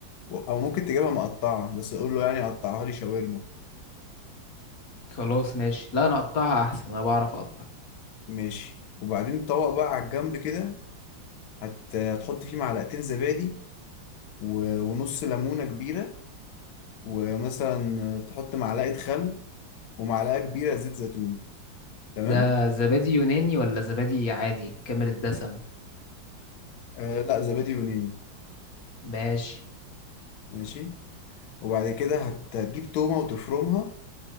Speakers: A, on the left; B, on the left.
A: و- او ممكن تجيبها مقطعة بس قول له يعني قطعها لي شاورما
B: خلاص ماشي لا انا اقطعها احسن انا بعرف اقطع
A: ماشي وبعدين طبق بقى على الجنب كده هت... هتحط فيه معلقتين زبادي و... ونص ليمونة كبيرة ومثلا تحط معلقة خل ومعلقة كبيرة زيت زيتون تمام
B: ده زبادي يوناني ولا زبادي عادي كامل الدسم
A: آه لا زبادي يوناني
B: ماشي
A: ماشي وبعد كده هت... هتجيب تومة وتفرمها